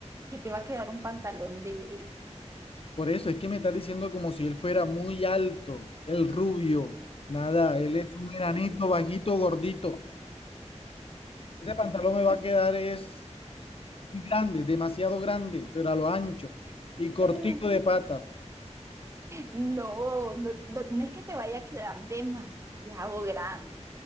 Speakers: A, on the right; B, on the left.
A: que te va a quedar un pantalón de él.
B: Por eso es que me estás diciendo como si él fuera muy alto, el rubio. Nada, él es un enanito, bajito, gordito. Ese pantalón me va a quedar es muy grande, demasiado grande, pero a lo ancho
A: <laughs>
B: y cortico de patas.
A: No, no, no, no es que te vaya a quedar demasiado grande,